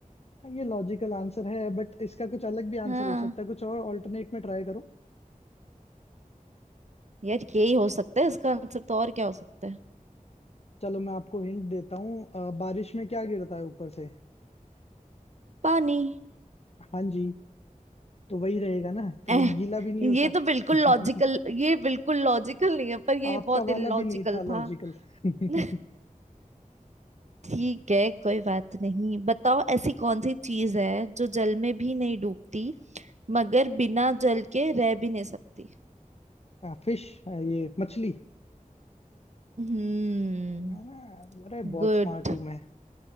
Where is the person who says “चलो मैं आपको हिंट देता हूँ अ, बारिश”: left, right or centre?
Left